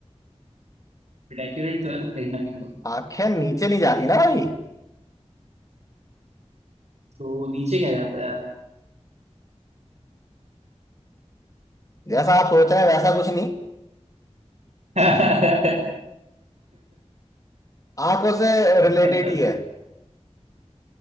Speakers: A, on the right (about 75°); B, on the left (about 30°).
A: डेकोरेट तो है ना कहीं ना कहीं तो
B: आंखें नीचे नहीं जाती ना भाई
A: तो नीचे क्या जाता है यार
B: जैसा आप सोच रहे हैं वैसा कुछ नहीं
A: <laughs>
B: आंखों से रिलेटेड
A: पता
B: ही है